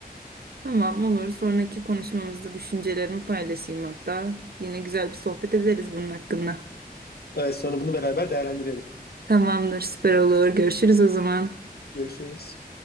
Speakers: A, on the right; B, on the left.
A: Tamam olur. Sonraki konuşmamızda düşüncelerimi paylaşayım hatta. Yine güzel bir sohbet ederiz bunun hakkında.
B: Evet, sonra bunu beraber değerlendirelim.
A: Tamamdır, süper olur. Görüşürüz o zaman.
B: Görüşürüz.